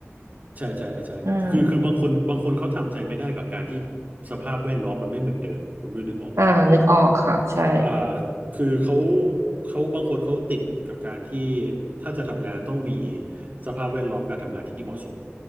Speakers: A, on the right; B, on the right.
A: ใช่ใช่ใช่คือคือบางคนบางคนเขาทำใจไม่ได้กับการที่
B: อืม
A: สภาพแวดล้อมมันไม่เหมือนเดิมคุณนุ้ยนึกออกไหม
B: อ่านึกออกค่ะใช่
A: อ่าคือเขาเขาบางคนเขาติดกับการที่ถ้าจะทำงานต้องมีสภาพแวดล้อมการทำงานที่เหมาะสม